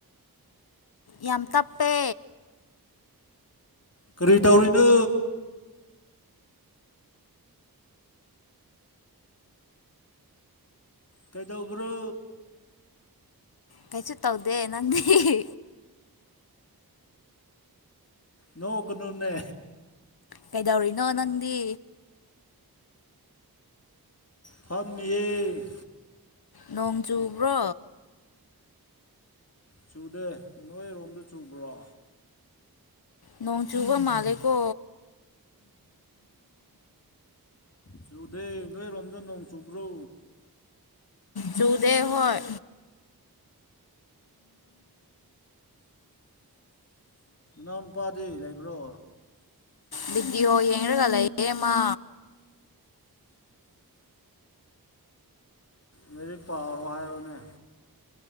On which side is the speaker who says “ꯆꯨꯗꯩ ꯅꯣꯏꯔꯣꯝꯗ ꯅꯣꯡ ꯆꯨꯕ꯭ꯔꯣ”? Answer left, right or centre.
Left